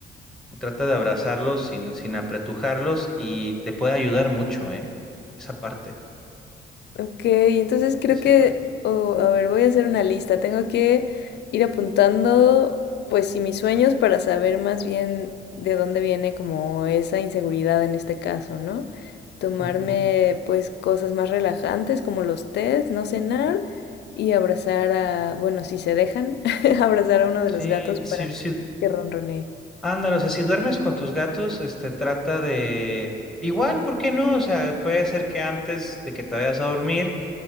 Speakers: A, in the centre; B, on the left (about 60°).
A: trata de abrazarlos sin, sin apretujarlos y te puede ayudar mucho, ¿eh? Esa parte.
B: Ok, entonces creo
A: Esa
B: que,
A: parte.
B: oh, a ver, voy a hacer una lista. Tengo que ir apuntando, pues sí, mis sueños para saber más bien de dónde viene como esa inseguridad en este caso, ¿no? Tomarme
A: Ujú.
B: pues cosas más relajantes como los tés, no cenar y abrazar a, bueno, si se dejan, <laughs> abrazar a uno de
A: Sí,
B: los gatos para
A: sí, sí.
B: que ronronee.
A: Ándale, o sea, si duermes con tus gatos, este, trata de... Igual, ¿por qué no? O sea, puede ser que antes de que te vayas a dormir,